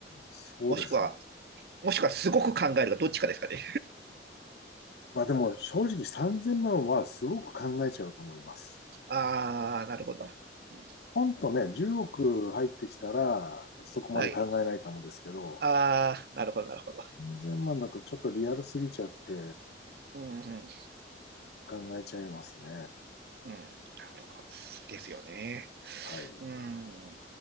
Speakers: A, on the left; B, on the right.
A: そうですね。
B: もしくは、もしくはすごく考えるがどっちかですかね。
A: まあでも正直3000万はすごく考えちゃうと思います。
B: ああ、なるほどな。うん
A: ポンとね、10億入ってきたら、そこまで考えないかもですけど、
B: はい。ああ、なるほど、なるほど。
A: 3000万だとちょっとリアルすぎちゃって
B: うん、うん、
A: 考えちゃいますね。
B: うん。なるほど。ですよね。
A: はい。
B: うん。